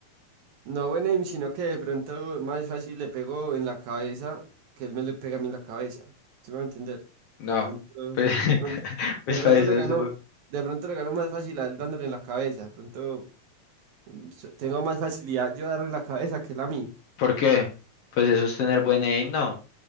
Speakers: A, on the right; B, on the left.
A: No buen aim, sino que de pronto más fácil le pego en la cabeza que él me le pega a mí en la cabeza. ¿Sí me va a entender?
B: No,
A: De pronto,
B: pues, <laughs>
A: de pronto,
B: pues
A: de pronto
B: para eso
A: le gano,
B: es-
A: de pronto le gano más fácil a él dándole en la cabeza. De pronto so- tengo más facilidad yo darle en la cabeza que él a mí.
B: ¿Por qué? Pues eso es tener buen aim, no.